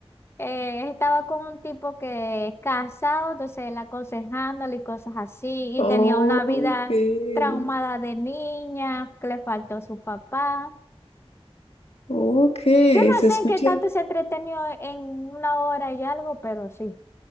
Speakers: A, on the left; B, on the left.
A: eh, estaba con un tipo que es casado, entonces él aconsejándole y cosas así,
B: Okay.
A: y tenía una vida traumada de niña, que le faltó su papá.
B: Ok,
A: Yo no
B: se
A: sé
B: escucha.
A: en qué tanto se entretenió en una hora y algo, pero sí.